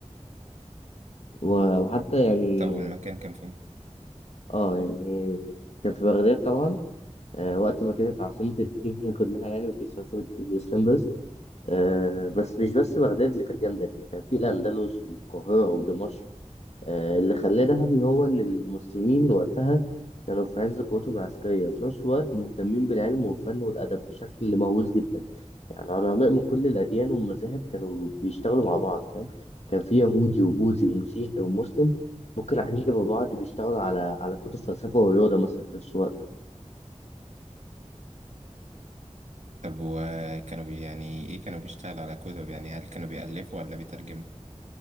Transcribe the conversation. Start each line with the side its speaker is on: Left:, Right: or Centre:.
Left: و- وحتى يعني
Right: طب والمكان كان فين
Left: اه يعني كان في بغداد طبعا آه، وقت ما كانت عاصمة الدنيا كلها يعني ما كانتش عاصمة الإسلام بس آه، بس مش بس بغداد اللي كانت جامدة يعني كان في الأندلس والقاهرة ودمشق آه، اللي خلاه ذهبي هو إن المسلمين وقتها كانوا في عز قوتهم العسكرية وفي نفس الوقت مهتمين بالعلم والفن والأدب بشكل مهووس جدا يعني علماء من كل الأديان والمذاهب كانوا بيشتغلوا مع بعض فاهم كان في يهودي وبوذي ومسيحي ومسلم ممكن قاعدين جنب بعض بيشتغلوا على على كتب فلسفة ورياضة مثلا في نفس الوقت
Right: طب وكانوا بي يعني ايه كانوا بيشتغلوا على كتب يعني هل كانوا بيألفوا ولا بيترجموا